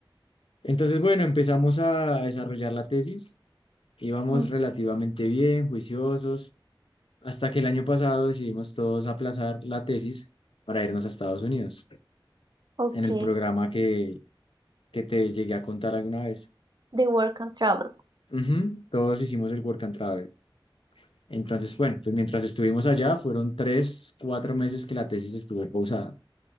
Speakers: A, on the left; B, on the right.
A: Entonces, bueno, empezamos a a desarrollar la tesis, íbamos
B: Mm,
A: relativamente bien, juiciosos, hasta que el año pasado decidimos todos aplazar la tesis para irnos a Estados Unidos,
B: Ok,
A: en el programa que, que te llegué a contar alguna vez.
B: The Work and Travel.
A: Ujú, Todos hicimos el Work and Travel. Entonces, bueno, pues mientras estuvimos allá, fueron tres, cuatro meses que la tesis estuvo pausada.